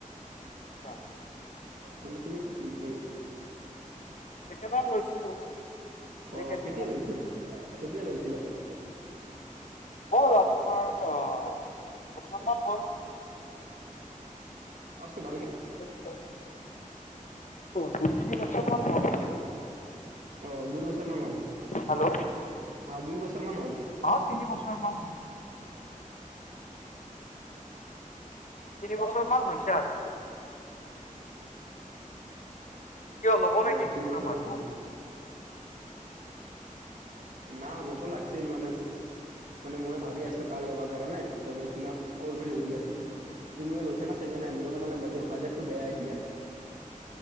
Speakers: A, on the left; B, on the right.
A: আৎচ্ছা।
B: মানে তুমি উম'।
A: ছেকেণ্ড হেণ্ড লৈছিলোঁ
B: অ
A: এই কেইদিনমান
B: কেতিয়া লৈছিল কেতিয়া লৈছিলা?
A: হ'ল আপোনাৰ বছৰমান হ'ল।
B: আৱাচটো ভালকে
A: হ'লো দুই তিনি বছৰমান হ'ল
B: অহ দুই বছৰ মান হ'ল।
A: হেল্ল'
B: হা দুই বছৰমান হ'ল।
A: অ তিনি বছৰ মান তিনি বছৰ মান হৈছে আৰু। কিয় ল'ব নেকি
B: অঁ তিনি
A: কোনো
B: বছৰমান
A: বাই।
B: হ'ল না মোকো লাগিছিল মানে। মানে মই ভাবি আছো কাৰ ল'বা কাৰণে ত তোমাক ক'ল কৰি সুধি আছিলো। তুমিও লৈছা না ছেকেনহেণ মোৰো মানে বাজ বাজেটটো বেয়া এতিয়া।